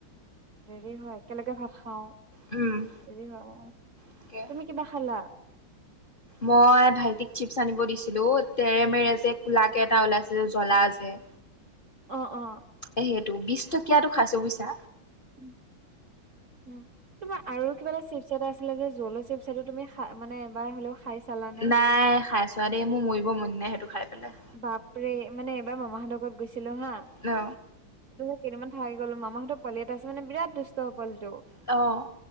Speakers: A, on the right (about 45°); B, on the left (about 35°).
A: দেৰি হয় একেলগে ভাত খাওঁ
B: উম
A: হেৰি হয়
B: তাকে
A: তুমি কিবা খালা
B: মই ভাইটিক চিপছ আনিব দিছিলো তেৰেমেৰে যে কোলা কেে এটা ওলাইছিলো জ্বলা যে
A: অ অ
B: এই সেইটো বিশ টকীয়াটো খাইছোঁ বুইছা
A: উম উ তোমাৰ আৰু কিবা এটা চিপচাই এটা আছিলে যে জলো চিপচাইটো তুমিা মানে এবাৰ হলেও খাই চালান
B: নাই খাই চোৱা দেই মোৰ মৰিব মন নাই সেইটো খাই পেলাই
A: বাপৰে মানে এবাৰ মমাহতকত গৈছিলো হা
B: অ
A: ত কেইিনান খাই গলো মাহঁতৰ পালিিত আছে মানে বিৰাট দুষ্ট হ পালিটো
B: অঁ